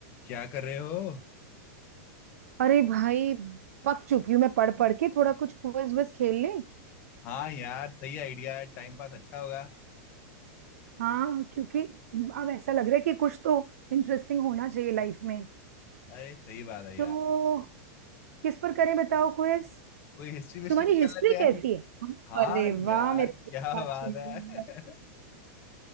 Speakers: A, on the left; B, on the right.
A: क्या कर रहे हो
B: अरे भाई पक चुकी हूँ मैं पढ़ पढ़ के थोड़ा कुछ क्विज विज खेल ले
A: हाँ यार सही आइडिया है टाइम पास अच्छा होगा
B: हाँ क्योंकि अब ऐसा लग रहा है कि कुछ तो इंटरेस्टिंग होना चाहिए लाइफ में
A: अरे सही बात है यार
B: तो किस पर करें बताओ क्विज
A: कोई हिस्ट्री विस्ट्री
B: तुम्हारी
A: भी कर
B: हिस्ट्री
A: लेते हैं
B: कैसी है
A: हाँ
B: अरे वाह
A: यार
B: मेरे
A: क्या
B: को तो बात
A: बात
B: चाहिए।
A: है <laughs>